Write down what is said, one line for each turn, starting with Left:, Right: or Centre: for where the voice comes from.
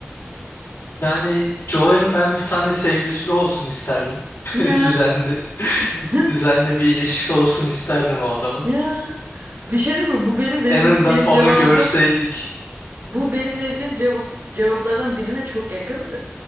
Left: Yani Joe'nun ben bir tane sevgilisi olsun isterdim. <laughs>
Right: Ya.
Left: Düzenli. <laughs>
Right: <laughs>
Left: Düzenli bir ilişkisi olsun isterdim o adamın.
Right: Ya. Bir şey değil mi? Bu benim vereceğim
Left: En azından onu
Right: cevabın,
Left: görseydik,
Right: bu benim vereceğim cevap cevaplardan birine çok yakın.